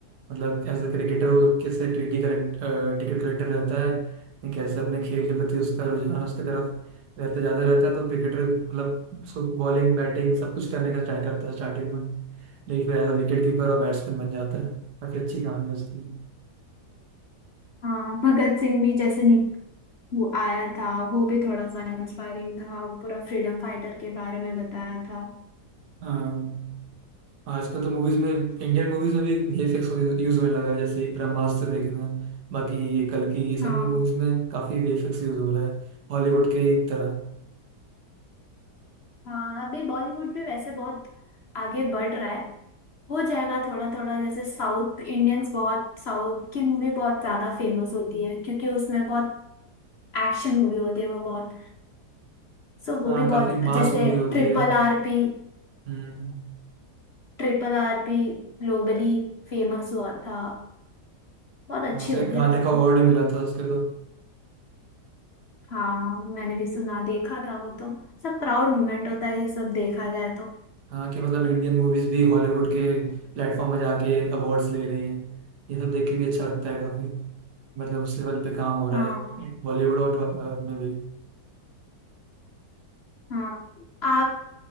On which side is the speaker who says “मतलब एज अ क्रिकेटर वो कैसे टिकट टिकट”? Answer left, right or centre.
Right